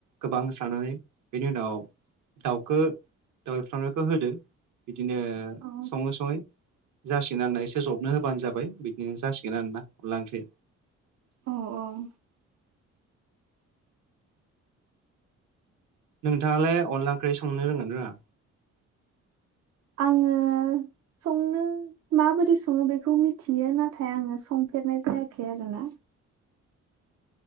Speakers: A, on the right (about 75°); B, on the right (about 60°).
A: गोबां सारनानै बेनि उनाव दाउखौ दाउ एउफ्रामनायखौ होदो। बिदिनो
B: औ
A: सङै सङै जासिगोन आरोना एसे जबनो होबानो जाबाय बिदिनो जासिगोन आरोना अनला ओंख्रि।
B: औ औ
A: नोंथाङालाय अनला ओंख्रि संनो रोंगोन रोङा?
B: आङो संनो माबोरै सङो बेखौ मिथियो नाथाय आङो सं फेरनाय जायाखै आरोना।